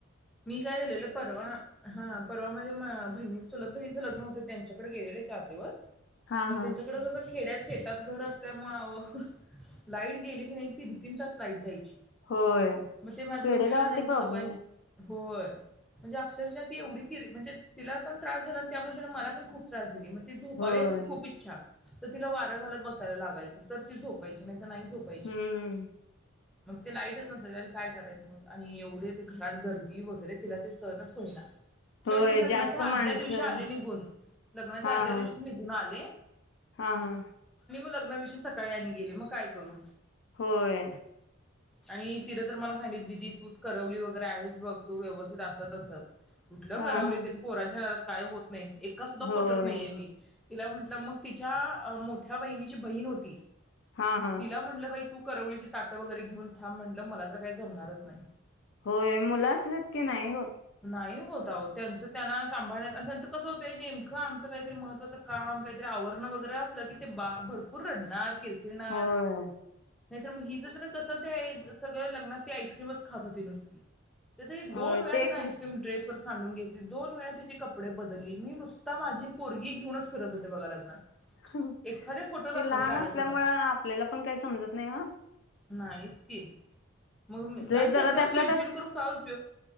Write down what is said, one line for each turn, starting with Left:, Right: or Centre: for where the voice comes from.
Centre: मी काय झालेलं परवा हा परवा म्हझे बहिणी चलत बहिणीच लग्न होत त्यांच्याकडे गेलेले चार दिवस
Left: हा
Centre: आणि
Left: हा
Centre: त्यांच्याकड जसं खेड्यात शेतात घर असल्यामुंळ आयो लाईट गेली की नाही तीन तीन तास लाईट जायची
Left: होय
Centre: मग ते माझ्या
Left: खेडेगावात
Centre: मुलीला नाही
Left: ते
Centre: सवय
Left: प्रॉब्लेम आहे.
Centre: होय म्हणजे अक्षरशः ती एवढी किरी म्हणजे तिला पण त्रास झाला आणि त्यामुळे मला पण खूप त्रास दिली ती झोपावी
Left: होय
Centre: अशी खूप इच्छा त तिला वारा घालत बसायला लागायचं तच ती झोपायची नाही नाही झोपायची
Left: हम्म
Centre: मग ते लाईटच नसायच काय करायचं मग आणि एवढे ते घरात गर्द वी वगैरे तिला ते सहणच होईना
Left: होय
Centre: शेवटी मी लग्नाच्या
Left: जास्त
Centre: आदल्या
Left: माणसं
Centre: दिवशी आले निघून लग्नाच्या
Left: हा
Centre: आदल्या
Left: हा
Centre: दिवशी निघून आले
Left: हा हा
Centre: लग्नाच्या दिवशी सकाळी आणि गेले मग काय करू
Left: होय
Centre: आणि तिनं तर मला सांगितली दिदी तुच करवली वगैरे आहेस बघ तू व्यवस्थित अस तस कुठलं
Left: हा
Centre: करवली
Left: हा
Centre: तेन पोरांच्या नादात काय होत एका सुद्धा
Left: होय
Centre: फुटत नाहीये मी तिला म्हंटलं मग तिच्या मो ठ्या बहिणीची बहीण होती.
Left: हा हा
Centre: तिला म्हणलं बाई तू करवलीचे ताटं वगैरे घेऊन थांब म्हटलं मला तर काय जमणारच नाय
Left: होय मुला असलं की नाही होत.
Centre: नाही होत त्यांचं त्यांना सांभाळण्यात आणि त्यांचं कसं होतं नेमकं आमचं काहीतरी महत्त्वाचं काम काहीतरी आवरण वगैरे असलं की ते बा भरपूर रडणार किरकिरणार
Left: होय
Centre: नाही तर मग हिज <unintelligible> कसं ते सगळं लग्नात ती आईस्क्रीमच खात होती नुसती तर ती दोनेळातिने
Left: होय ते
Centre: आईक्रीम ड्रेस वर सांडून घेतली दोन वेळा तिची कपडी पुढे बदलली मी नुसता माझी पोरगी घेऊनच फिरत होते बघा लग्नात
Left: ते
Centre: एखाद्या फोटोत असेन
Left: लहान
Centre: कार्यक्रमात
Left: असल्यामुळे आपल्याला पण काही समजत नाही हो
Centre: नाहीच मग
Left: जे
Centre: आणि
Left: जरा
Centre: त्यांच्यावर
Left: त्यातल्या
Centre: चिडचिड
Left: त्यात
Centre: करून काय उ